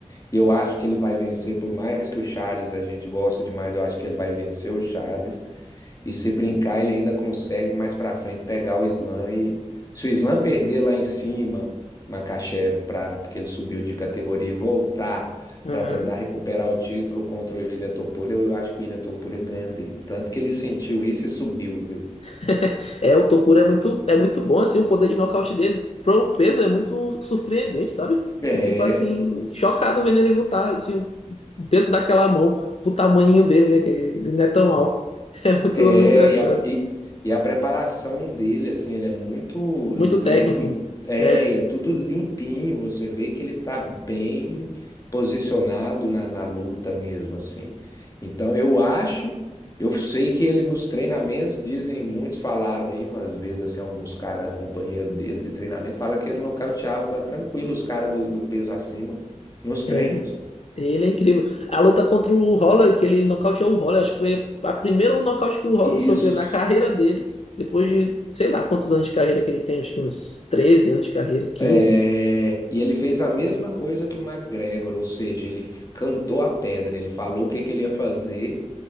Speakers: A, on the left; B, on the left.
A: E eu acho que ele vai vencer, por mais que o Charles a gente gosta demais, eu acho que ele vai vencer o Charles. E se brincar, ele ainda consegue mais pra frente pegar o Islam e se o Islam perder lá em cima, Makachev, para porque ele subiu de categoria e voltar
B: Aham.
A: pra tentar recuperar o título contra o Ilia Topuria, eu acho que o Ilia Topuria ganha dele. Tanto que ele sentiu isso e subiu, viu?
B: <laughs> É, o Topura é muito, é muito bom, assim, o poder de nocaute dele. Pro peso é muito surpreendente, sabe?
A: É.
B: Eu fico, assim, chocado vendo ele lutar, assim, o peso daquela mão, pro tamanho dele, né? Que ele não é tão alto. <laughs> É muito
A: É,
B: engraçado.
A: e a, e, e a preparação dele, assim, ele é muito
B: Muito
A: limpo.
B: técnico.
A: em- É,
B: É,
A: e é tudo limpinho. Você vê que ele tá bem posicionado na, na luta mesmo, assim. Então, eu acho, eu sei que ele nos treinamentos, dizem, muitos falaram aí umas vezes, assim, alguns caras, companheiro dele de treinamento, fala que ele nocauteava tranquilo os caras do, do peso acima nos treinos.
B: é. Ele é incrível. A luta contra o Holler, que ele nocauteou o Holler, acho que foi a primeira nocaute que o Holler
A: Isso.
B: sofreu na carreira dele, depois de, sei lá, quantos anos de carreira que ele tem, acho que uns 13 anos de carreira, quinze
A: É, e ele fez a mesma coisa que o McGregor, ou seja, ele f- cantou a pedra, ele falou o que que ele ia fazer,